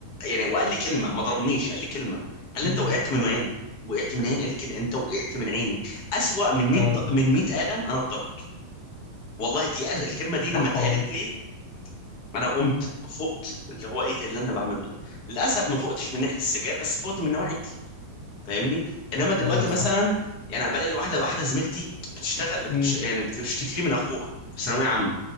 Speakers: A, on the left; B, on the left.
A: يعني وقال لي كلمه ما ضربنيش قال لي كلمه قال لي
B: امم
A: انت وقعت من عيني وقعت من عيني قال لي كده انت وقعت من عيني اسوأ من 100
B: اه
A: من 100 قلم انا اتضربت والله دي أس- الكلمه دي لما
B: صح
A: اتقالت
B: والله
A: لي انا قمت فقت اللي هو ايه ده اللي انا بعمله ده للاسف ما فقتش من ناحيه السجاير بس فقت من نواحي فاهمني انما دلوقتي
B: ايوه
A: مثلا
B: صح
A: يعني بلاقي واحده واحده زميلتي بتشتغل بتش...
B: امم
A: يعني بتشتكي لي من اخوها في ثانويه عامه